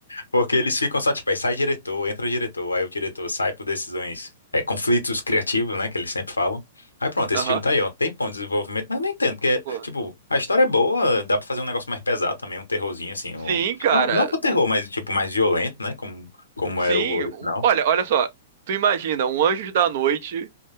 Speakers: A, on the left; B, on the right.
A: Porque eles ficam só, tipo, aí sai diretor, entra o diretor, aí o diretor sai por decisões, é, conflitos criativos, né, que eles sempre falam. Aí pronto, esse
B: Aham.
A: filme tá aí, ó. Tem bom desenvolvimento, mas eu não entendo, porque,
B: Pô.
A: tipo, a história é boa, dá pra fazer um negócio mais pesado também, um terrorzinho, assim,
B: Sim,
A: um...
B: cara.
A: não, não pro terror,
B: N-
A: mas, tipo, mais violento, né, como, como
B: Sim.
A: era o original.
B: O- Olha, olha só. Tu imagina um Anjos da Noite